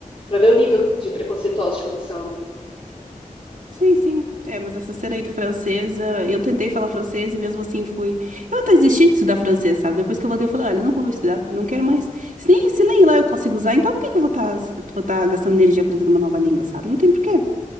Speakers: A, on the left; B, on the right.
A: pra ver o nível de preconceituosos que eles são, né?
B: Sim, sim. É, mas essa cena aí do francesa, eu tentei falar francês e mesmo assim fui. Eu até desisti de estudar francês, sabe? Depois que eu voltei, eu falei, olha, não vou mais estudar, não quero mais. Se nem, se nem lá eu consigo usar, então por que que eu vou estar vou tá gastando energia aprendendo uma nova língua, sabe? Não tem porquê.